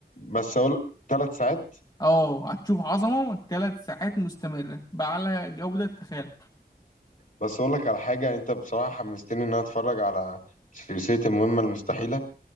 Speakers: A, on the left; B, on the left.
A: بس أقول ثلاث ساعات
B: اه هتشوف عظمة ثلاث ساعات مستمرة بأعلى جودة تتخيل
A: بس أقول لك على حاجة أنت بصراحة حمستني إن أنا أتفرج على سلسلة المهمة المستحيلة